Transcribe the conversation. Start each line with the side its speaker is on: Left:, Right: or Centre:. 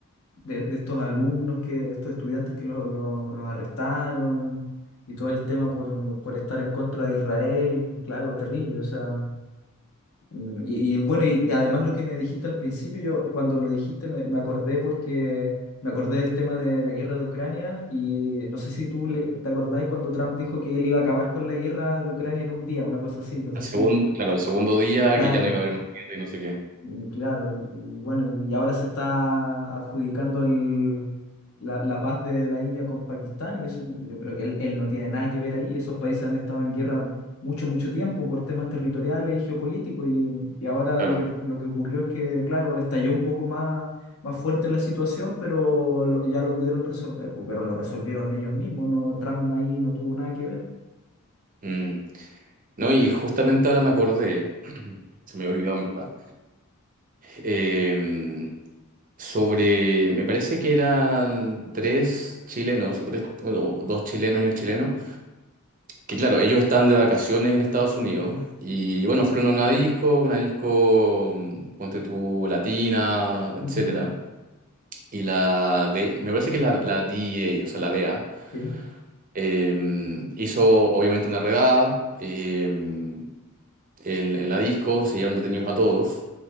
Left: de, de estos alumnos, que, estos estudiantes que lo- lo- los arrestaron y todo el tema por, por estar en contra de Israel, claro, terrible. O sea, mm, y, y bueno, y, y además lo que me dijiste al principio, yo cuando lo dijiste me, me acordé porque... Me acordé del tema de la guerra de Ucrania y no sé si tú le- te acordáis cuando Trump dijo que él iba a acabar con la guerra de Ucrania en un día, una cosa así, no sé
Right: Al segundo,
Left: si,
Right: claro, al segundo día
Left: claro.
Right: que ya no iba a haber más guerra y no sé qué.
Left: Y claro, y, y bueno, y ahora se está adjudicando el, la, la paz de la India con Pakistán y eso, yo creo que él, él no tiene nada que ver ahí. Esos países han estado en guerra mucho, mucho tiempo por temas territoriales y geopolíticos y, y ahora
Right: Claro.
Left: lo que, lo que ocurrió es que, claro, estalló un poco más, más fuerte la situación, pero lo- ya lo pudieron resolver, pues, pero lo resolvieron ellos mismos, no, Trump ahí no tuvo nada que ver.
Right: Mm. No, y justamente ahora me acordé, <clears throat> se me había olvidado en verdad, eh, sobre, me parece que eran tres chilenos, o tres, bueno, o dos chilenas y un chileno Que claro, ellos están de vacaciones en Estados Unidos y bueno, fueron a una disco, una disco, mm, ponte tú, latina, etcétera.
Left: Ujú,
Right: Y la de, me parece que es la, la DEA, o sea, la DEA,
Left: sí.
Right: eh, hizo obviamente una redada eh, en, en la disco, se llevaron detenidos a todos.